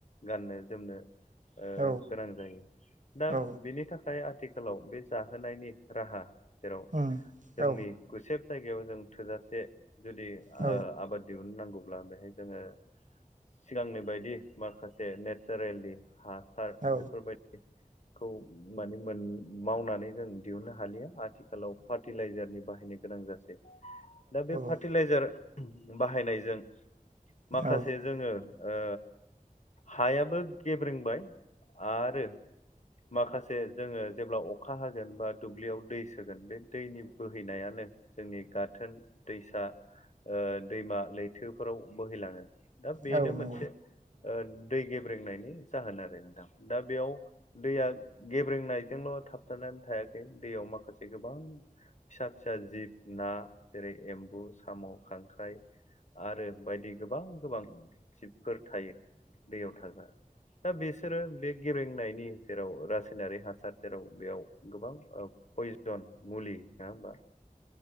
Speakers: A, on the left; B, on the right.
A: गाननो-जोमनो ओ
B: औ
A: गोनां जायो दा
B: औ
A: बिनि था खाय आथिखालाव बे जाहोनायनि राहा जेराव
B: उम
A: जोंनि
B: औ
A: गुसेब जायगायाव जों थोजासे जुदि
B: औ
A: ओ आबाद दिहुननो नांगौब्ला बेहाय जोङो सिगांनि बायदि माखासे नेचारेलि हासार
B: औ
A: बेफोरबायदि खौ माने मोन मावनानै जों दिहुननो हालिया आथिखालाव फार्टिलाइजारनि बाहायनायखौ गोनां जासै दा बे फार्टिलाइजार
B: औ
A: बाहायनायजों
B: औ
A: माखासे जोङो ओ हायाबो गेब्रेंबाय आरो माखासे जोङो जेब्ला अखा हागोन बा दुब्लियाव दै सोगोन बे दैनि बोहैनायानो जोंनि गाथोन दैसा ओ दैमा लैथोफोराव बोहैलाङो दा बेनो
B: औ नंगौ
A: मोनसे
B: औ
A: ओ दै गेब्रेंनायनि जाहोन आरो नोंथां दा बेयाव दैया गेब्रेंनायजोंल' थाबथानानै थायाखै दैयाव माखासे गोबां फिसा फिसा जिब ना जेरै एम्बु, साम', खांख्राइ आरो बायदि गोबां गोबां जिब फोर थायो दैयाव थाग्रा दा बिसोरो बे गेब्रेंनायनि जेराव रासाय नारि हासार जेराव बेयाव गोबां पयजन मुलि नङा होमबा